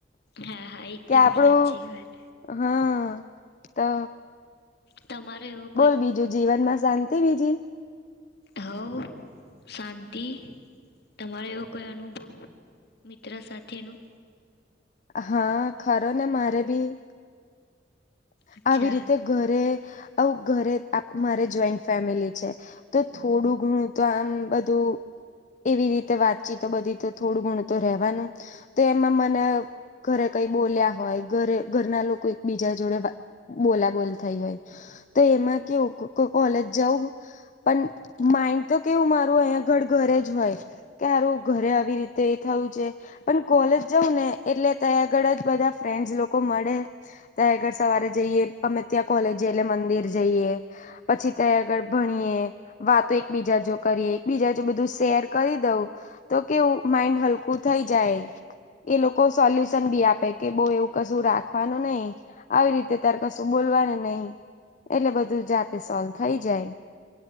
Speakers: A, on the left; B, on the left.
A: હા હા એકદમ
B: કે આપડું
A: સાચી વાત
B: હા તો
A: તમારે એવું
B: બોલ બીજું જીવનમાં શાંતિ બીજી
A: હવ શાંતિ. તમારો એવો કોઈ અનુભવ મિત્ર સાથેનું.
B: હા, ખરું ને! મારે પણ. આવી
A: અચ્છા
B: રીતે ઘરે મારે જોઈન્ટ ફેમિલી છે, એટલે થોડું ઘણું બધું સાથે મળીને કરીએ છીએ. ઘરે મારે જોઈન્ટ ફેમિલી છે, તો આમ બધી વાતચીત એવી રીતે થાય છે, એટલે થોડું ઘણું બધું સમજાય છે. તો રહેવાનું તો એમાં મને ઘરે કંઈ બોલ્યા હોય, ઘરે ઘરના લોકો એકબીજા જોડે વા બોલાબોલ થઈ હોય, તો એમાં કેવુ કો કોલેજ જવું પણ માઇન્ડ તો કેવું મારું અહીંયા ઘડ ઘરે જ હોય, કે હારુ ઘરે આવી રીત તે થયું છે, પણ કોલેજ જઉં ને એટલે ત્યાં આગળ જ બધા ફ્રેન્ડ લોકો મળે, ત્યાં આગળ સવારે જઈએ અમે ત્યાં કોલેજ જઈએ, એટલે મંદિર જઈએ, પછી ત્યાં આગળ ભણીએ. વાતો એકબીજા જો કરીએ, એકબીજા જો બધું શેર કરી દઉં. તો કેવું માઇન્ડ હલકું થઈ જાય. એ લોકો સોલ્યુશન બી આપે, કે બઉ એવુ કશું રાખવાનું નહી, આવી રીતે યાર, કશું બોલવાનું નહીં, એટલે બધું જાતે સોલ્વ થઈ જાય.